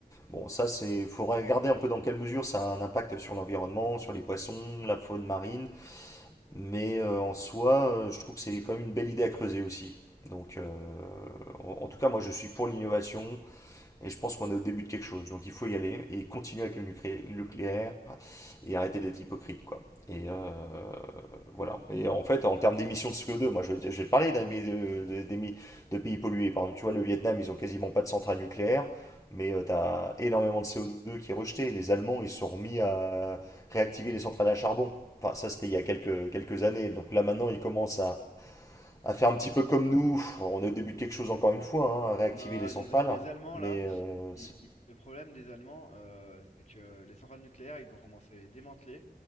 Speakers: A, on the left (about 20°); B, on the left (about 45°).
A: Bon, ça c'est faut regarder un peu dans quelle mesure ça a un impact sur l'environnement, sur les poissons, la faune marine, mais euh, en soi, euh, je trouve que c'est quand même une belle idée à creuser aussi. Donc euh, en en tout cas, moi je suis pour l'innovation, et je pense qu'on est au début de quelque chose. Donc il faut y aller et continuer avec le nucléaire et arrêter d'être hypocrite, quoi. Et euh, voilà. Et en fait, en termes d'émissions de CO2, moi je, vais- te parler d'un pays de, de- de pays pollués. Par exemple, tu vois, le Vietnam, ils ont quasiment pas de centrale nucléaire, mais tu as énormément de CO2 qui est rejeté. Les Allemands, ils sont remis à réactiver les centrales à charbon. Enfin, ça, c'était il y a quelques, quelques années. Donc là, maintenant, ils commencent à, à faire un petit peu comme nous. on est au début de quelque chose encore une fois, hein, à réactiver
B: Non,
A: les centrales.
B: les, les Allemands,
A: Mais
B: là,
A: euh,
B: il-
A: c'est-
B: il- le problème des Allemands, euh, c'est que les centrales nucléaires, ils ont commencé à les démanteler.